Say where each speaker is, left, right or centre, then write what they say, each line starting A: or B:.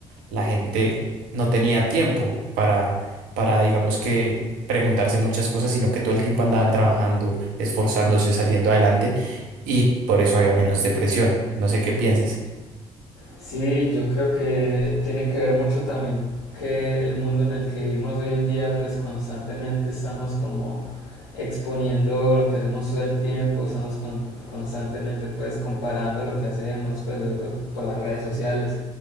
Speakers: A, on the right; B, on the left.
A: la gente no tenía tiempo para para, digamos que, preguntarse muchas cosas, sino que todo el tiempo andaban
B: claro.
A: trabajando, esforzándose, saliendo adelante y por eso había menos depresión. No sé qué pienses.
B: Sí, yo creo que tiene que ver mucho también que el mundo en el que vivimos hoy en día, pues constantemente estamos como exponiendo lo que hacemos todo el tiempo, estamos con- constantemente pues comparando lo que hacemos, pues lo digo por las redes sociales,